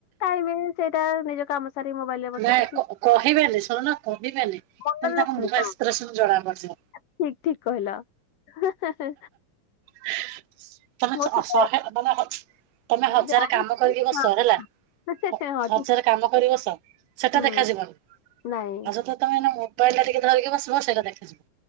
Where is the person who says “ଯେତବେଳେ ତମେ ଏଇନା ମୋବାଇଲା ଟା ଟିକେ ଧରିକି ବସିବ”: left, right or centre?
Right